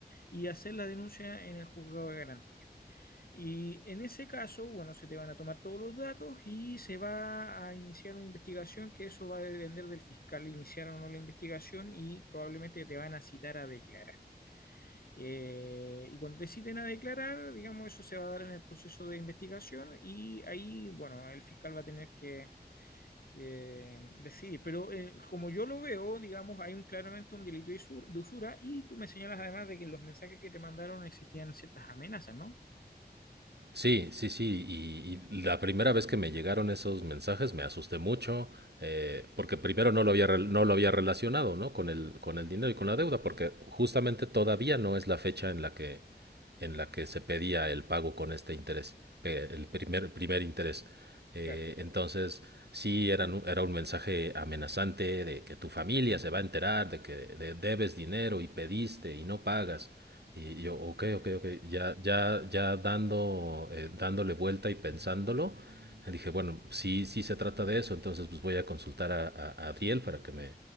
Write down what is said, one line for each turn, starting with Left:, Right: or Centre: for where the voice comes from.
Left: y hacer la denuncia en el juzgado de garantía. Y en ese caso, bueno, se te van a tomar todos los datos y se va a iniciar una investigación que eso va a depender del fiscal iniciar o no la investigación y probablemente te van a citar a declarar. Eh, y cuando deciden a declarar, digamos, eso se va a dar en el proceso de investigación y ahí, bueno, el fiscal va a tener que, que decidir. Pero eh, como yo lo veo, digamos, hay un, claramente un delito de usur- de usura y tú me señalas además de que en los mensajes que te mandaron existían ciertas amenazas, ¿no?
Right: Sí, sí, sí. Y, y la primera vez que me llegaron esos mensajes me asusté mucho, eh, porque primero no lo había, rel- no lo había relacionado, ¿no? Con el, con el dinero y con la deuda, porque justamente todavía no es la fecha en la que, en la que se pedía el pago con este interés, pe- el primer, primer interés. Eh,
Left: Claro.
Right: entonces, sí, eran un- era un mensaje amenazante de que tu familia se va a enterar de que de- debes dinero y pediste y no pagas. Y yo, ok, ok, ok, ya, ya, ya dando, eh, dándole vuelta y pensándolo, dije, bueno, sí, sí se trata de eso, entonces pues voy a consultar a, a- a Adriel para que me,